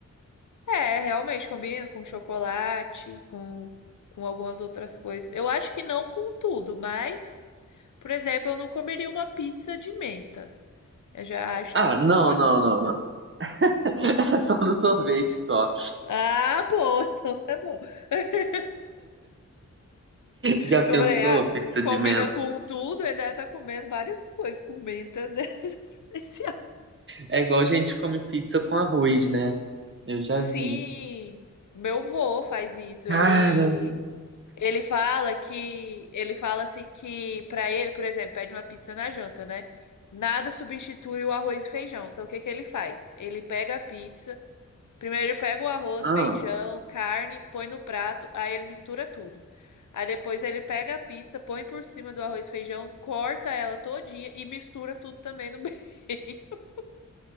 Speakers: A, on the left; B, on the right.
A: É, realmente combina com chocolate, com, com algumas outras coisas. Eu acho que não com tudo, mas, por exemplo, eu não comeria uma pizza de menta. Eu já acho
B: Ah,
A: que não.
B: não,
A: <laughs>
B: não, não, não. <laughs> É só no sorvete só.
A: Ah, bom, então é bom. <laughs>
B: Já
A: Que
B: pensou,
A: eu falei, ah,
B: pizza
A: combina
B: de menta?
A: com tudo, ele deve estar comendo várias coisas com menta, né? <laughs> Esse
B: É igual a gente come pizza com arroz, né? Eu já
A: Sim,
B: vi.
A: meu vô faz isso.
B: Cara,
A: Ele Ele fala que ele fala assim que pra ele, por exemplo, pede uma pizza na janta, né? Nada substitui o arroz e feijão. Então o que que ele faz? Ele pega a pizza, primeiro ele pega o arroz,
B: ah,
A: feijão, carne, põe no prato, aí ele mistura tudo. Aí depois ele pega a pizza, põe por cima do arroz e feijão, corta ela todinha e mistura tudo também no meio. <laughs>